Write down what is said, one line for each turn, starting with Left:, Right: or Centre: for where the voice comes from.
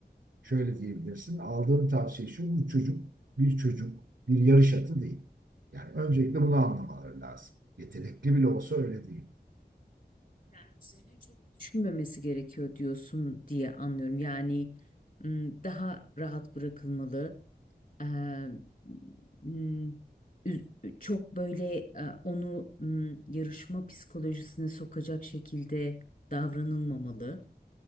Right: Şöyle diyebilirsin. Aldığım tavsiye şu. Bu çocuk bir çocuk, bir yarış atı değil. Yani öncelikle bunu anlamaları lazım. Yetenekli bile olsa öyle değil.
Left: Yani üzerine çok düşünmemesi gerekiyor diyorsun diye anlıyorum. Yani m, daha rahat bırakılmalı. Eee, m, üz- çok böyle e, onu m, yarışma psikolojisine sokacak şekilde davranılmamalı.